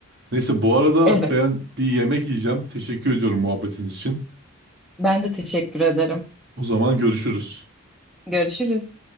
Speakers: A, on the right; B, in the centre.
A: Neyse bu arada
B: evet.
A: ben bir yemek yiyeceğim. Teşekkür ediyorum muhabbetiniz için.
B: Ben de teşekkür ederim.
A: O zaman görüşürüz.
B: Görüşürüz.